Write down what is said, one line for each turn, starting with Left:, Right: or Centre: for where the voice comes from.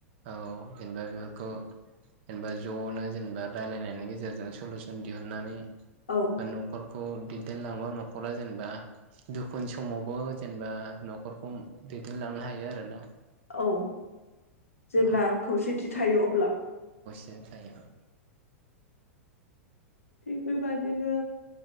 Right: औ जेनेबा बेफोरखौ जेनेबा जनो जेनेबा रायलायनायनि गेजेरजों सलुसन दिहुननानै
Left: औ
Right: नखर खौ दैदेनलांबा नखरा जेनेबा दुखुनि समावबो जेनेबा नखरखौ दैदेनलांनो हायो आरोना
Left: औ जेब्ला
Right: औ
Left: खौसे थायो अब्ला
Right: से थायो
Left: थिग बेबायदिनो